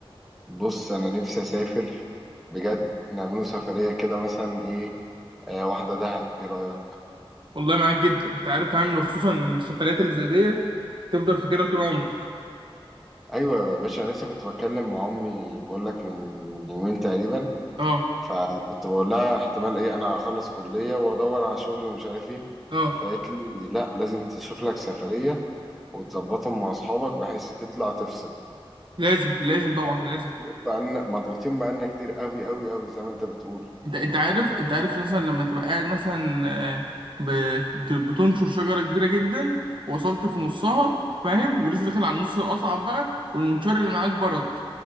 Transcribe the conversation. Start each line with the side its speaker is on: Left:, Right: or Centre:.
Centre: بص انا نفسي اسافر بجد نعمله سفريه كده مثلا ايه آه واحده دهب ايه رايك
Right: والله معاك جدا انت عارف كمان وخصوصا إن السفرات اللي زي ديت تفضل فاكرها طول عمرك
Centre: ايوه يا باشا انا لسه كنت بتكلم مع امي بقول لك من من يومين تقريبا
Right: اه
Centre: فكنت بقول لها احتمال ايه انا هخلص كليه وادور على شغل ومش عارف ايه
Right: اه
Centre: فقالت لي لا لازم تشوف لك سفريه وتظبطهم مع اصحابك بحيث تطلع تفصل
Right: لازم لازم طبعا
Centre: مضغوط
Right: لازم
Centre: بقى مضغوطين بقالنا كتير قوي قوي قوي زي ما انت بتقول
Right: انت انت عارف انت عارف مثلا لما تبقى قاعد مثلا آه، بت- بت- بتنشر شجره كبيره جدا وصلت في نصها فاهم ولسه داخل على النص الاصعب بقى والمنشار اللي معاك برد